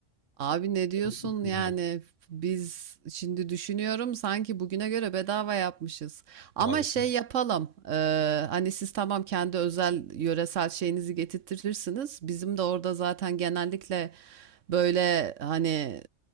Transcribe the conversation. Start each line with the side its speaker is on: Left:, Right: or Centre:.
Right: Abi ne diyorsun
Left: Çok güzel.
Right: yani? Biz şimdi düşünüyorum sanki bugüne göre bedava yapmışız. Ama
Left: Vallahi.
Right: şey yapalım. eee, hani siz tamam kendi özel yöresel şeyinizi getirtirsiniz. Bizim de orada zaten genellikle böyle hani